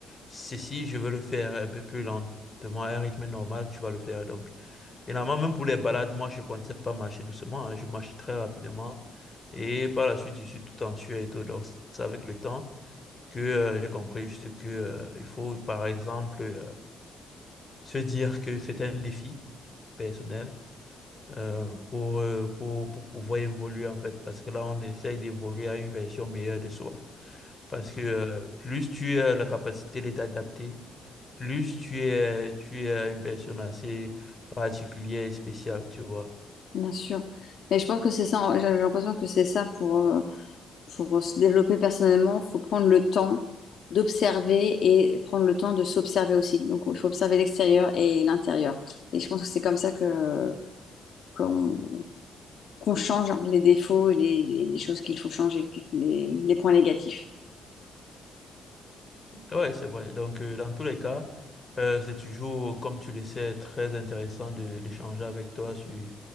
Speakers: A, on the left; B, on the left.
A: ceci, je veux le faire un peu plus lentement, à un rythme normal, tu vas le faire. Donc, généralement, même pour les balades, moi, je ne connaissais pas marcher doucement, hein, je marche très rapidement. Et par la suite, je suis tout en sueur et tout. Donc, c'est avec le temps que euh, j'ai compris juste que euh, il faut, par exemple, euh, se dire que c'est un défi personnel euh, pour, euh, pour, pour pouvoir évoluer en fait, parce que là, on essaye d'évoluer à une version meilleure de soi. Parce que euh, plus tu as la capacité de t'adapter, plus tu es, tu es une personne assez particulière et spéciale, tu vois.
B: Bien sûr. Mais je pense que c'est ça, j'ai l'impression que c'est ça pour, euh, pour euh, se développer personnellement, faut prendre le temps d'observer et prendre le temps de s'observer aussi. Donc il faut observer l'extérieur et l'intérieur. Et je pense que c'est comme ça que qu'on qu'on change les défauts et les, les- les choses qu'il faut changer, les, les points négatifs.
A: Ouais, c'est vrai. Donc, euh, dans tous les cas, euh, c'est toujours, comme tu le sais, très intéressant de, d'échanger avec toi sur,